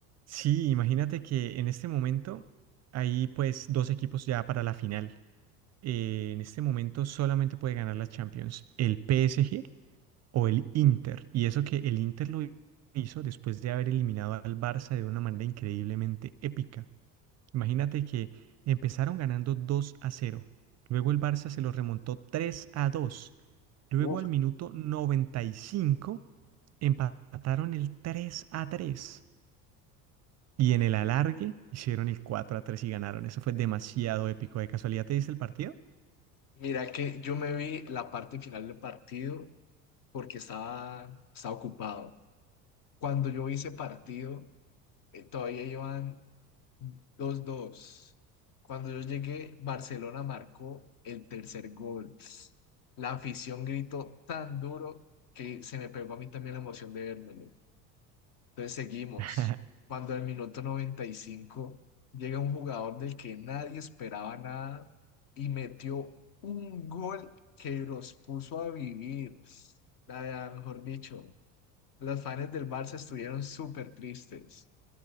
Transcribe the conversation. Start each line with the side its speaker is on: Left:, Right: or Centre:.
Right: Sí, imagínate que en este momento hay pues dos equipos ya para la final. Eh, en este momento solamente puede ganar la Champions el PSG o el Inter. Y eso que el Inter lo hizo después de haber eliminado al Barça de una manera increíblemente épica. Imagínate que empezaron ganando 2 a cero, Luego el Barça se lo remontó 3 a dos, Luego
Left: Uf,
Right: al minuto 95 empataron el 3 a 3. Y en el alargue hicieron el 4 a 3 y ganaron. Eso fue demasiado épico. ¿De casualidad te diste el partido?
Left: Mira que yo me vi la parte final del partido porque estaba, estaba ocupado. Cuando yo vi ese partido, eh, todavía iban dos dos Cuando yo llegué, Barcelona marcó el tercer gol. La afición gritó tan duro que se me pegó a mí también la emoción de verlo. Entonces seguimos.
Right: <laughs>
Left: Cuando al minuto noventa y cinco llega un jugador del que nadie esperaba nada y metió un gol que los puso a vivir. La verdad, mejor dicho, los fans del Barça estuvieron súper tristes,